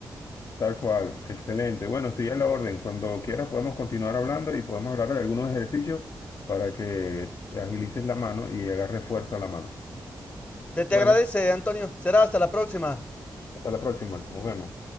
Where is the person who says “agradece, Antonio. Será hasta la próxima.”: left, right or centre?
Left